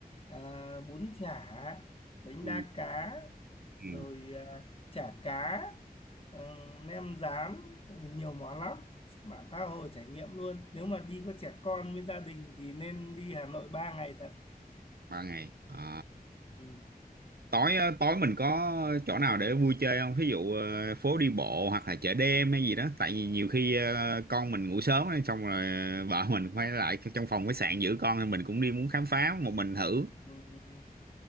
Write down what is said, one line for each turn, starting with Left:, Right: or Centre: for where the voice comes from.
Left: à, bún chả, bánh
Right: ừ.
Left: đa cá rồi
Right: Ừ,
Left: à, chả cá ờ, nem rán rồi nhiều món lắm bạn tha hồ trải nghiệm luôn nếu mà đi có trẻ con với gia đình thì nên đi Hà Nội 3 ngày thật
Right: ba ngày à,
Left: Ừ,
Right: tối á, tối mình có chỗ nào để vui chơi không thí dụ ờ, phố đi bộ hoặc là chợ đêm hay gì đó tại vì nhiều khi ờ, con mình ngủ sớm á, xong rồi vợ mình quay lại trong phòng khách sạn giữ con thì mình cũng đi muốn khám phá một mình thử
Left: ừ.